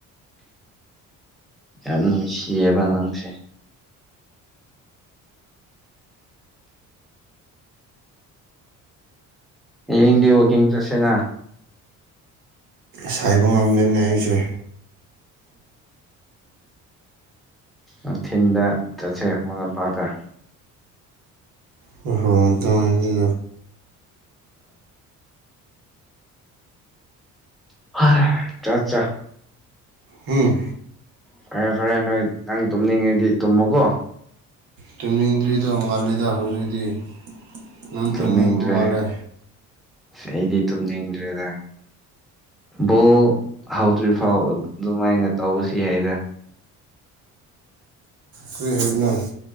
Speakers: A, in the centre; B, on the right.
A: ꯌꯥꯝ ꯅꯨꯡꯁꯤꯦꯕ ꯅꯉꯁꯦ ꯍꯌꯦꯡꯗꯤ ꯋꯥꯀꯤꯡ ꯆ꯭ꯔꯠꯁꯦꯅ
B: ꯁꯥꯏꯕ ꯉꯝꯗꯦꯅꯦ ꯑꯩꯁꯦ
A: ꯎꯝꯊꯤꯟꯗ ꯆꯠꯁꯦ ꯃꯔ ꯂꯝꯄꯥꯛꯇ
B: ꯍ ꯇꯒꯤ
A: ꯑ ꯆꯥ ꯆꯥ
B: ꯎꯝ
A: ꯐꯔꯦ ꯐꯔꯦ ꯅꯣꯏ ꯅꯪ ꯇꯨꯝꯅꯤꯡꯉꯤꯗꯤ ꯇꯨꯝꯃꯨꯀꯣ
B: ꯇꯨꯝꯅꯤꯡꯗ꯭ꯔꯤꯗ ꯃꯥꯜꯂꯤꯦꯗ ꯍꯧꯖꯤꯛꯇꯤ ꯅꯪ
A: ꯇꯨꯝꯅꯤꯡꯗ꯭ꯔꯦ
B: ꯇꯨꯝꯅꯤꯡꯕ ꯃꯥꯜꯂꯦ
A: ꯑꯩꯗꯤ ꯇꯨꯝꯅꯤꯡꯗ꯭ꯔꯦꯗ ꯕꯣꯜ ꯍꯧꯗ꯭ꯔꯤ ꯐꯥꯎ ꯑꯗꯨꯃꯥꯏꯅ ꯇꯧꯕꯁꯤ ꯌꯥꯏꯗ
B: ꯀꯈꯏ ꯍꯥꯏꯅ